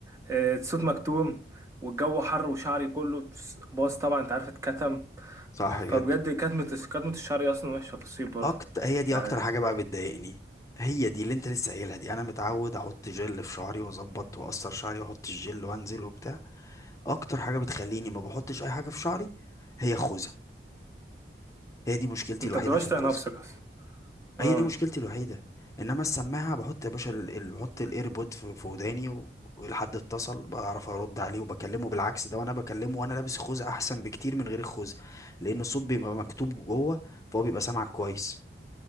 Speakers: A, on the right; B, on the left.
A: آه، الصوت مكتوم والجو حر وشعري كله باظ طبعا انت عارف اتكتم
B: صح
A: فبجد
B: جدا
A: كتمه كتمه الشعر اصلا وحشه في الصيف برضو
B: اكتر هي دي
A: يعني
B: اكتر حاجه بقى بتضايقني هي دي اللي انت لسه قايلها دي انا متعود احط جل في شعري واظبط واقصر شعري واحط الجل وانزل وبتاع اكتر حاجه بتخليني ما بحطش اي حاجه في شعري هي الخوذه هي دي مشكلتي
A: انت
B: الوحيده
A: بتبقاش
B: في الخوذه
A: طايق نفسك اصلا آه.
B: هي دي مشكلتي الوحيدة انما السماعة بحط يا باشا ال... ال... بحط الايربود في... في وداني و... والحد اتصل بعرف ارد عليه وبكلمه بالعكس ده وانا بكلمه وانا لابس الخوذة احسن بكتير من غير الخوذة لان الصوت بيبقى مكتوب جوه فهو بيبقى سامعك كويس